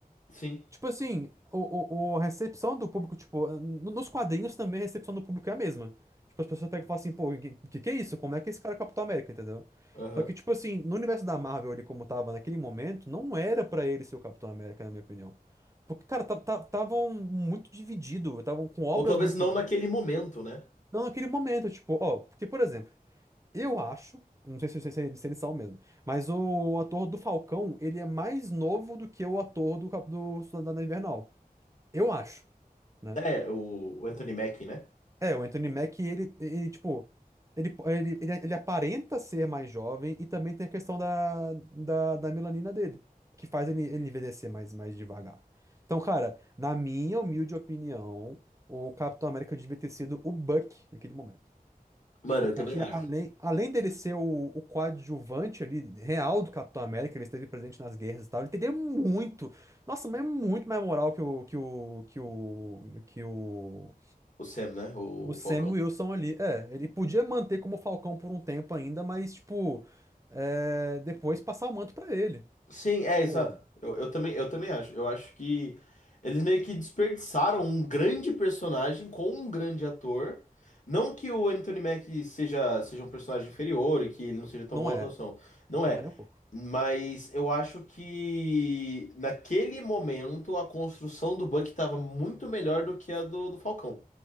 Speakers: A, on the left; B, on the right.
A: Sim.
B: Tipo assim, o, o- a recepção do público, tipo, n- nos quadrinhos também a recepção do público é a mesma. Tipo, as pessoas pegam e falam assim, pô, o que, que que é isso? Como é que esse cara é Capitão América, entendeu?
A: Aham.
B: Só que, tipo assim, no universo da Marvel, ele como tava naquele momento, não era pra ele ser o Capitão América, na minha opinião. Porque, cara, estavam muito dividido, estavam com obras
A: Ou talvez
B: muito
A: não naquele momento, né?
B: não, naquele momento, tipo, ó, porque, por exemplo, eu acho, não sei se, se, se- se eles são mesmo, mas o ator do Falcão, ele é mais novo do que o ator do, Cap- do Soldado Invernal. Eu acho, né?
A: É, o o Anthony Mackie, né?
B: É, o Anthony Mack, ele, ele tipo, ele, ele, ele, ele aparenta ser mais jovem e também tem a questão da, da, da melanina dele, que faz ele, ele envelhecer mais, mais devagar. Então, cara, na minha humilde opinião, o Capitão América devia ter sido o Buck naquele momento.
A: Mano,
B: Tipo,
A: eu
B: porque
A: também acho.
B: além, além dele ser o, o coadjuvante ali, real do Capitão América, ele esteve presente nas guerras e tal, ele teria muito, nossa, mas é muito mais moral que o, que o, que o, que o,
A: O Sam, né? O
B: o Sam
A: Falcão.
B: Wilson ali. É, ele podia manter como Falcão por um tempo ainda, mas, tipo, é, depois passar o manto pra ele.
A: Sim, é,
B: Tipo,
A: exato. Eu, eu também, eu também acho. Eu acho que eles meio que desperdiçaram um grande personagem com um grande ator. Não que o Anthony Mack seja, seja um personagem inferior e que ele não seja tão
B: não
A: bom na
B: é,
A: atuação. Não
B: não
A: é.
B: é nem um pouco.
A: Mas eu acho que naquele momento a construção do Buck estava muito melhor do que a do, do Falcão.